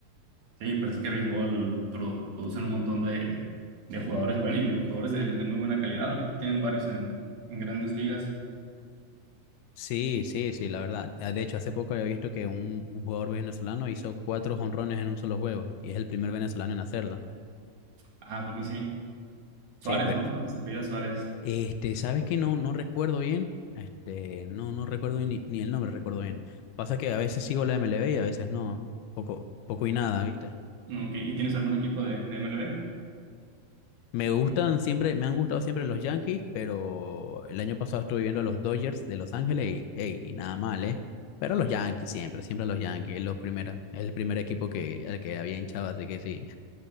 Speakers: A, on the right; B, on the left.
A: Sí, pues es que béisbol produ- producen un montón de, de jugadores buenos y de jugadores de, de muy buena calidad. Ahorita tienen varios en, en grandes ligas.
B: Sí, sí, sí, la verdad. Ah, De hecho, hace poco había visto que un, un jugador venezolano hizo cuatro jonrones en un solo juego y es el primer venezolano en hacerlo.
A: Ah, ¿a poco sí. Suárez,
B: Che, pero
A: ¿no? Creo que se apellida Suárez.
B: Este, sabes que no, no recuerdo bien, este, no, no recuerdo ni, ni el nombre, recuerdo bien. Pasa que a veces sigo la MLB y a veces no, poco, poco y nada, ¿viste?
A: Ok, ¿Y tienes algún equipo de, de MLB?
B: Me gustan siempre, me han gustado siempre los Yankees, pero el año pasado estuve viendo a los Dodgers de Los Ángeles y, ey, y nada mal, ¿eh? Pero los Yankees siempre, siempre los Yankees, es lo primero, es el primer equipo que, al que había hinchado, así que sí.